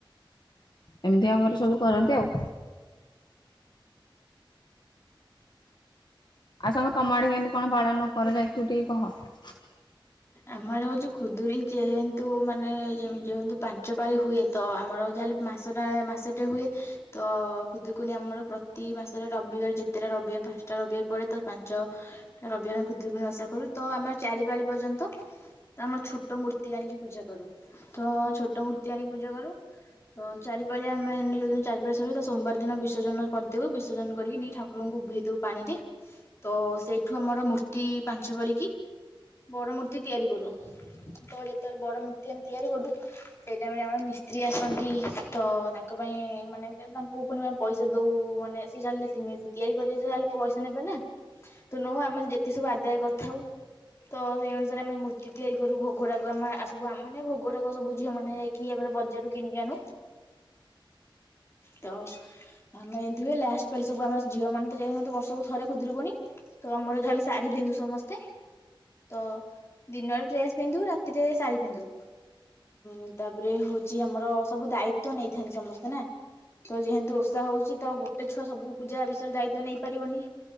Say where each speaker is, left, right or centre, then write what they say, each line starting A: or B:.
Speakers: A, on the left; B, on the left.
A: ଏମିତି ଆମର ସବୁ କରନ୍ତି ଆଉ। ଆଉ ସାଙ୍ଗ ତମ ଆଡେ କେମିତି କଣ ପାଳନ କରାଯାଏ ତୁ ଟିକେ କହ?
B: ଆମ ଆଡେ ହଉଛି ଖୁଦୁରୁକୁଣୀ ଯେହେତୁ ମାନେ ଯେ ଯେହେତୁ ପାଞ୍ଚ ପାଳି ହୁଏ ତ ଆମର ଯାହେଲେ ମାସଟା ମାସଟେ ହୁଏ ତ ଖୁଦୁରୁକୁଣୀ ଆମର ପ୍ରତି ମାସରେ ରବିବାର ଯେତେଟା ରବିବାର ପାଞ୍ଚଟା ରବିବାର ପଡ଼େ ତ ପାଞ୍ଚଟା ରବିବାର ଖୁଦୁରୁକୁଣୀ ଓଷା କରୁ ତ ଆମର ଚାରି ପାଳି ପର୍ଯ୍ୟନ୍ତ ତ ଆମର ଛୋଟ ମୂର୍ତ୍ତି ଆଣିକି ପୂଜା କରୁ ତ ଛୋଟ ମୂର୍ତ୍ତି ଆଣିକି ପୂଜା କରୁ ତ ଚାରିପାଳି ଆମେ ଯୋଉଦିନ ଚାରିପାଳି ସରିବ ତା ସୋମବାର ଦିନ ବିସର୍ଜନ କରିଦଉ ବିସର୍ଜନ କରିକି ନେଇ ଠାକୁରଙ୍କୁ ଉଭେଇ ଦଉ ପାଣିରେ ତ ସେଇଠୁ ଆମର ମୂର୍ତ୍ତି ପାଞ୍ଚ ପାଳି କି ବଡ ମୂର୍ତ୍ତ ମୂର୍ତ୍ତି ତିଆରି କରୁ ତ ଯେତେବେଳେ ବଡ ମୂର୍ତ୍ତି ଆମେ ତିଆରି କରୁ ସେଇ ଟାଇମରେ ଆମର ମିସ୍ତ୍ରୀ ଆସନ୍ତି ତ ତାଙ୍କ ପାଇଁ ମାନେ ତାଙ୍କୁ ପୁଣି ଆମେ ପଇସା ଦଉ ମାନେ ସେ ଜାଣିଲେ <inaudible> ତିଆରି କରିବେ ଯାହାଲେ ପଇସା ନେବେ ନା ତ ନଉ ଆମେ ଯେତେ ସବୁ ଆଦାୟ କରିଥାଉ ତ ସେଇ ଅନୁ ଆମେ ମୂର୍ତ୍ତି ତିଆରି କରୁ ଭୋଗରାଗ ଆମେ ସବୁ ମାନେ ଭୋଗରାଗ ସବୁ ଝିଅ ମାନେ ଯାଇକି ଆମେ ବଜାରୁ କିଣିକି ଆଣୁ ତ ଆମେ ଏମିତି ହୁଏ ଲାଷ୍ଟ ପାଳି ସବୁ ଆମ ଝିଅ ମାନେ ତ ଯାଇ ବର୍ଷକୁ ଥରେ ଖୁଦୁରୁକୁଣୀ ତ ଆମର ଯାହାଲେ ଶାଢୀ ପିନ୍ଧୁ ସମସ୍ତେ ତ ଦିନରେ ଡ୍ରେସ ପିନ୍ଧୁ ରାତିରେ ଶାଢୀ ପିନ୍ଧୁ ଉଁ ତାପରେ ହଉଛି ଆମର ସବୁ ଦାୟିତ୍ୱ ନେଇଥାନ୍ତି ସମସ୍ତେ ନା ତ ଯେହେତୁ ଓଷା ହଉଛି ତ ଗୋଟେ ଛୁଆ ସବୁ ପୂଜା ବିଷୟରେ ଦାୟିତ୍ଵ ନେଇପାରିବନି